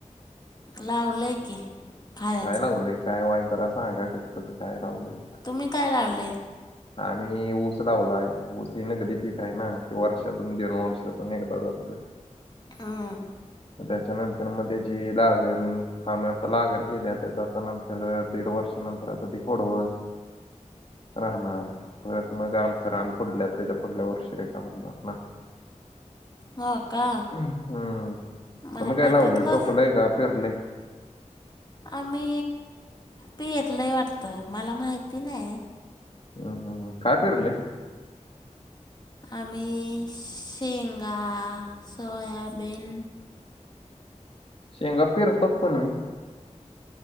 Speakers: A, on the left; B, on the left.
A: लावलय की. खायचं
B: काय लागलंय काय वायट जरा असं काय कस कसं काय लावलंय.
A: तुम्ही काय लावलेय?
B: आम्ही ऊस लावलाय ऊस न कधी पीिकाय ना ते वर्षातून दन वर्षातून एकदा जात
A: हा.
B: त्याच्यानंतर मग त्याची लागण आम्ही आता लागण केली त्याच्या आ नंत तर दीड वर्षानंतर आता ती खोडव राहणार परत मग आमचं राहन फुढल्या त्याच्या पुढल्या वर्षी रेकााम होणार ना.
A: हो का
B: हम्म.
A: मला
B: तुम्ही काय लावलंय
A: त्यातलंच
B: टोकलंय का फिरले.
A: आम्ही पिरलंही वाटत मला माहिती नाही.
B: हम्म हम् हम् कायपरले-
A: आमही शेंगा, सोयाबीन
B: शेंगा पिरतात पणही